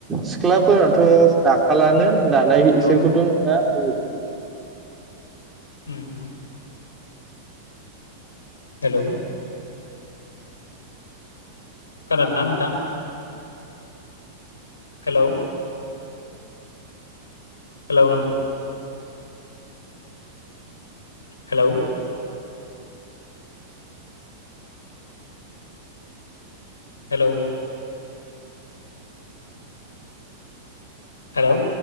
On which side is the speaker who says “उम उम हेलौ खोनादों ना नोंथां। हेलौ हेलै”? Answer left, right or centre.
Left